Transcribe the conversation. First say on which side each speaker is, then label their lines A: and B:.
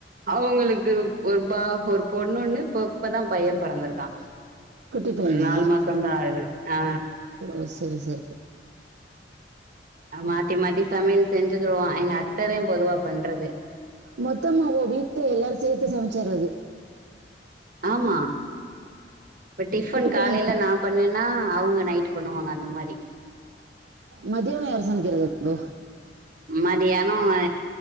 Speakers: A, on the right; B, on the right.
A: அவுங்களுக்கு ஒரு பா ஒரு பொண்ணு ஒன்னு இப்ப இப்பதா பைய பெறந்திருக்கா.
B: குட்டி
A: இப்ப
B: பையனா
A: நாலு மாசந்தா ஆகுது ஆ.
B: ஓ செரி செரி.
A: ஆ மாத்தி மாத்தி சமையல் செஞ்சுக்கிருவோ எங்க அத்ததா பொதுவா பண்றது.
B: மொத்தமா ஓ வீட்ல எல்லாரு சேத்து சமைச்சர்றது.
A: ஆமா. இப்ப டிஃபன்
B: குட்டி
A: காலைல
B: பைய
A: நா பண்ணேன்னா அவுங்க நைட்டு பண்ணுவாங்க அந்த மாரி.
B: மத்தியானோ யார் சமைக்கறது அப்போ.
A: மதியானோ அ